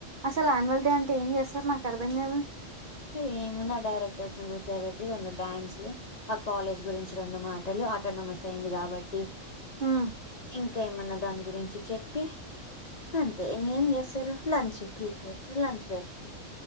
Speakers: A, on the right; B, on the left.
A: అసలు ఆన్యువల్ డే అంటే ఏం చేస్తారు నాకు అర్థం కాదు
B: ఏముంది ఆ డైరెక్టర్స్ ని కూర్చోబెట్టి రెండు డ్యాన్స్లు ఆ కాలేజ్ గురించి రెండు మా లు ఆటోనమస్ అయింది కాబట్టి
A: ఉమ్
B: ఇంకా ఇకా ఏమన్నా దాని గురించి చెప్పి అంతే ఇంకేం చేస్తారు లంచ్ ప్రీపే లంచ్ పెడతారు